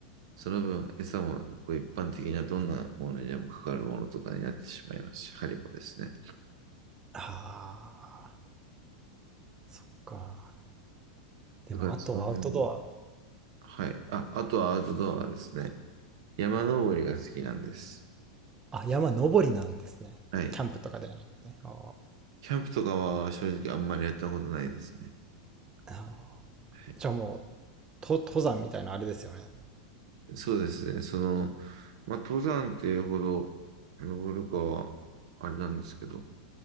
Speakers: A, on the right; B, on the right.
A: その分、餌もこう一般的などんなものにでもかかるものとかになってしまいますし、針もですね。
B: ああ、そっか。でも、
A: だからその辺は、
B: あとはアウトドア。
A: はい。あ、あとはアウトドアですね。山登りが好きなんです。
B: あ、山登りなんですね。
A: はい。
B: キャンプとかではなくて。あ
A: キャンプとかは正直あんまりやったことないですね。
B: ーあ
A: はい。
B: ー。じゃあもう、と、登山みたいなあれですよね。
A: そうですね。その、まあ、登山っていうほど登るかは、あれなんですけど、